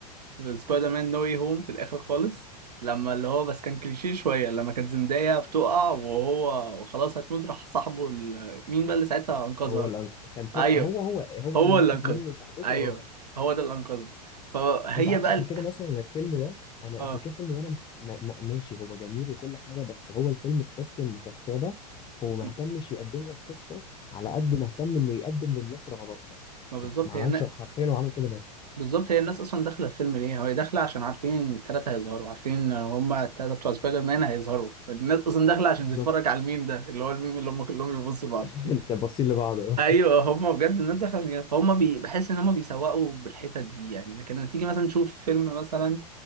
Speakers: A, on the right (about 75°); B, on the left (about 25°).
A: في سبايدر مان نو واي هوم في الاخر خالص لما اللي هو بس كان كليشيه شويه لما كانت زندايا بتقع وهو وخلاص هتموت راح صاحبه ال... مين بقى اللي ساعتها انقذها
B: هو اللي أنق- كان تو...
A: ايوه
B: هو هو هو
A: هو
B: اللي ماتت
A: اللي انقذني
B: منه صاحبته
A: ايوه
B: اه
A: هو ده اللي انقذني فهي
B: انت عارف
A: بقى
B: عشان
A: ال-
B: كده مثلا أنا الفيلم ده انا
A: اه
B: عشان كده الفيلم ده انا مح- ما- ما- ماشي هو جميل وكل حاجه بس هو الفيلم تحس ان ككتابه هو ما
A: م-
B: اهتمش يقدم لك قصه على قد ما اهتم انه يقدم للناس رغباتها
A: ما بالظبط
B: ما عملش
A: هي النا-
B: حرفيا هو عمل كده بس
A: بالظبط هي الناس اصلا داخله الفيلم ليه هو داخله عشان عارفين ان الثلاثه هيظهروا عارفين ان هما الثلاثه بتوع سبايدر مان هيظهروا الناس اصلا داخله عشان
B: بالظبط
A: تتفرج على الميم ده اللي هو الميم اللي هم كلهم بيبصوا بعض
B: <laughs> انت باصين لبعض اه
A: ايوه هم بجد الناس داخله عشان كده فهم بي... بحس ان هم بيسوقوا بالحتت دي يعني لكن لما تيجي مثلا تشوف فيلم مثلا